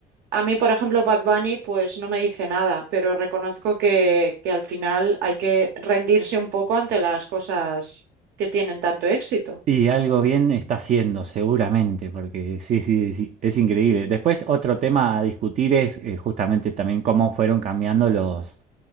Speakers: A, on the right; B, on the right.
A: A mí, por ejemplo, Bad Bunny, pues no me dice nada, pero reconozco que, que al final hay que rendirse un poco ante las cosas que tienen tanto éxito,
B: Y algo bien está haciendo, seguramente, porque sí, sí, sí, es increíble. Después, otro tema a discutir es eh, justamente también cómo fueron cambiando los,